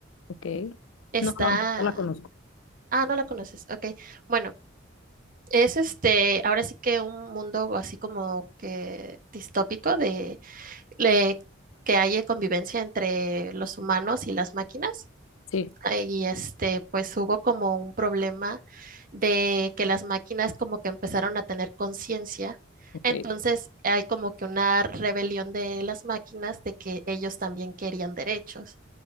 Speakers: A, on the left; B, on the right.
A: Ok.
B: Está,
A: No, no, no la conozco.
B: ah, no la conoces. Ok, bueno, es este, ahora sí que un mundo así como que distópico de, le- que haya convivencia entre los humanos y las máquinas.
A: Sí,
B: eh, Y este, pues hubo como un problema de que las máquinas como que empezaron a tener conciencia.
A: ok.
B: Entonces hay como que una rebelión de las máquinas de que ellos también querían derechos.